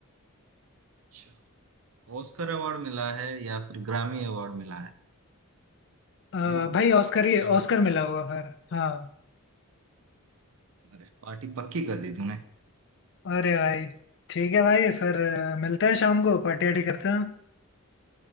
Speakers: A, on the right (about 65°); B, on the left (about 55°).
A: अच्छा ऑस्कर अवार्ड मिला है या फिर ग्रामी अवार्ड मिला है
B: अ,
A: ये बोलो
B: भाई ऑस्कर ही
A: चलो
B: ऑस्कर मिला होगा फिर हाँ
A: अरे पार्टी पक्की कर दी तूने
B: अरे भाई ठीक है भाई फिर अ, मिलते हैं शाम को पार्टी वार्टी करते हैं